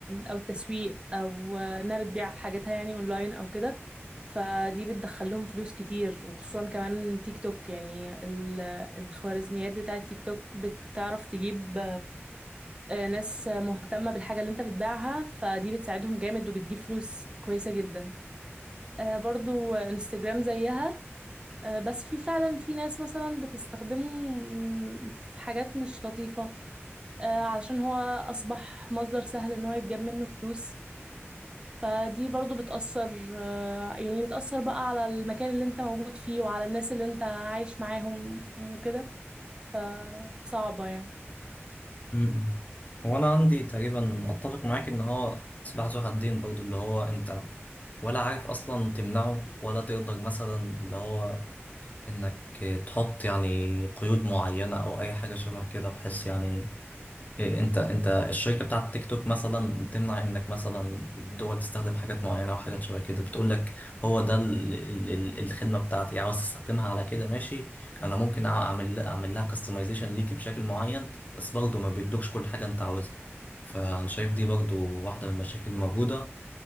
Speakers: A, on the right; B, on the left.
A: او التسويق او انها بتبيع حاجاتها يعني اونلاين او كده فدي بتدخل لهم فلوس كتير وخصوصا كمان تيك توك يعني ال- الخوارزميات بتاعة تيك توك بتعرف تجيب آه، ناس مهتمة بالحاجة اللي انت بتبيعها فدي بتساعدهم جامد وبتجيب فلوس كويسة جدا آه، برضو انستجرام زيها آه، بس في فعلا في ناس مثلا بتستخدمه مم، في حاجات مش لطيفة آه، علشان هو أصبح مصدر سهل إن هو يتجاب منه فلوس فدي برضو بتأثر آه، يعني بتأثر بقى على المكان اللي انت موجود فيه وعلى الناس اللي انت عايش معاهم وكده فصعبة يعني
B: م-م. هو انا عندي تقريبا اتفق معاك ان هو سلاح ذو حدين برضو اللي هو انت ولا عارف اصلا تمنعه ولا تقدر مثلا اللي هو انك تحط يعني قيود معينة او اي حاجة شبه كده بحيث يعني إيه انت انت الشركه بتاعت تيك توك مثلا بتمنع انك مثلا الدول تستخدم حاجات معينه او حاجات شبه كده بتقول لك هو ده ال ال ال الخدمه بتاعتي يعني عاوز تستخدمها على كده ماشي انا ممكن اعمل اعمل لها كاستمايزيشن ليكي بشكل معين بس برضه ما بيدوكش كل حاجه انت عاوزها فانا شايف دي برضه واحده من المشاكل الموجوده